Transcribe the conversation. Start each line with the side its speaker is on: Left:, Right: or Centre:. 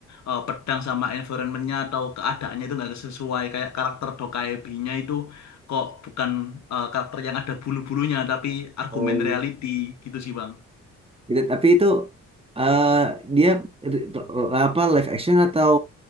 Left: eh, pedang sama environmentnya atau keadaannya itu nggak sesuai, kayak karakter Dokkaebi-nya itu kok bukan eh, karakter yang ada bulu-bulunya tapi argumen
Right: Oh.
Left: reality gitu sih Bang.
Right: gitu tapi itu eh, dia r- r- apa live action atau